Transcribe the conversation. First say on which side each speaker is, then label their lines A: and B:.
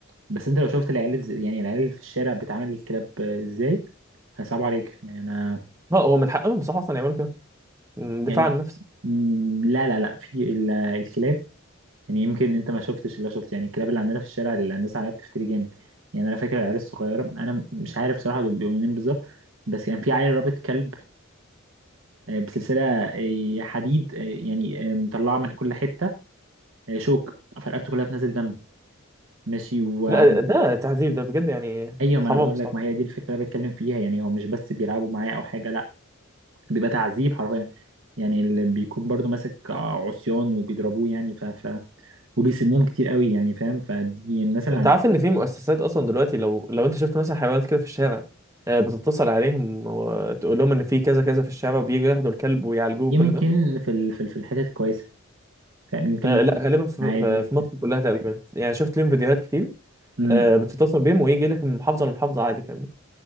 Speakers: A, on the right; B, on the right.
A: بس انت لو شفت العيال إز- يعني العيال اللي في الشارع بتعامل الكلاب آه، ازاي هصعب عليك يعني انا
B: اه هو من حقهم بصراحه اصلا يعملوا كده دفاع
A: يعني
B: عن النفس
A: مم، لا لا لا في ال- الكلاب يعني يمكن انت ما شفتش اللي أنا شفته يعني الكلاب اللي عندنا في الشارع اللي الناس عليها بتفتري جامد يعني انا فاكر العيال الصغيره انا مش عارف صراحه دول بيبقوا منين بالظبط بس كان يعني في عيل رابط كلب آه، بسلسله آه، حديد آه، يعني آه، مطلعه من كل حته آه، شوك فرقبته كلها بتنزل دم ماشي وعند
B: لا ده تعذيب ده بجد يعني
A: <laughs> ايوه
B: حرام
A: ما انا بقول
B: بصراحه
A: لك ما هي دي الفكره اللي بتكلم فيها يعني هو مش بس بيلعبوا معايا او حاجه لا بيبقى تعذيب حرفيا يعني اللي بيكون برضو ماسك آه، عصيان وبيضربوه يعني ف... ف... وبيسموهم كتير قوي يعني فاهم فدي الناس اللي
B: انت عارف ان في مؤسسات اصلا دلوقتي لو لو انت شفت مثلا حيوانات كده في الشارع آه، بتتصل عليهم وتقول لهم ان في كذا كذا في الشارع وبييجوا ياخدوا الكلب ويعالجوه وكل
A: يمكن
B: ده
A: في ال... في ال- في الحتت الكويسه فاهم يمكن
B: آه،
A: مثلا
B: لا غالبا في
A: عادي
B: في- في مصر كلها تقريبا يعني شفت لهم فيديوهات كتير
A: مم.
B: آه، بتتصل بيهم ويجي لك من محافظه لمحافظه عادي فاهم